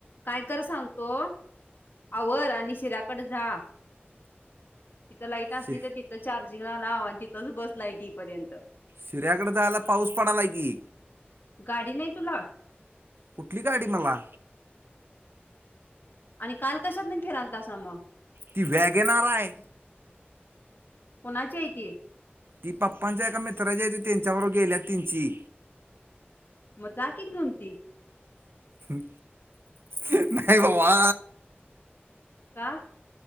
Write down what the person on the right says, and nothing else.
शि
शिऱ्याकडं जायला पाऊस पडालाय की.
कुठली गाडी मला?
ती वॅगेनार आहे.
ती पप्पांच्या एका मित्रांची हाय त्यांच्याबरोबर गेल्यात त्यांची.
ह हं नाही बाबा.